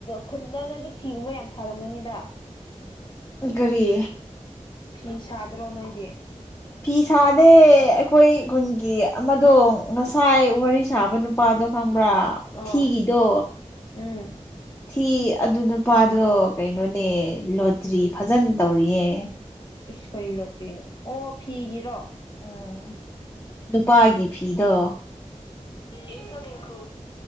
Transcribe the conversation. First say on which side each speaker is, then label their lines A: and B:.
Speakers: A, on the left; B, on the left.
A: ꯈꯨꯟꯗ ꯅꯣꯏꯗꯤ ꯐꯤꯒꯨꯝꯕ ꯌꯥꯝ ꯁꯥꯔꯝꯒꯅꯤꯗ
B: ꯒꯥꯔꯤ
A: ꯐ ꯁꯥꯗ꯭ꯔꯣ ꯅꯣꯏꯗꯤ
B: ꯐꯤ ꯁꯥꯅꯦꯦ ꯑꯩꯈꯣꯏ ꯈꯨꯟꯒꯤ ꯑꯃꯗꯣ ꯉꯁꯥꯏ ꯋꯥꯔꯤ ꯁꯥꯕ ꯅꯨ ꯄꯥꯥꯗꯣ ꯈꯪꯕ꯭ꯔꯥ
A: ꯑꯥ
B: ꯊꯤꯒꯤꯗꯣ
A: ꯎꯝ
B: ꯊꯤ ꯑꯗꯨ ꯅꯨꯄꯥꯗꯣ ꯀꯩꯅꯣꯅꯦ ꯂꯣꯇ꯭ꯔꯤ ꯐꯖꯅ ꯇꯧꯔꯤꯌꯦ
A: ꯑꯁ ꯀꯔꯤ ꯂꯣꯠꯇ꯭ꯔꯤꯅꯣ ꯑꯣ ꯐꯤꯒꯤꯔꯣ
B: ꯎꯝ ꯅꯨꯄꯥꯒꯤ ꯐꯤꯗꯣ
A: ꯏꯟ ꯀꯝꯡ ꯀꯣ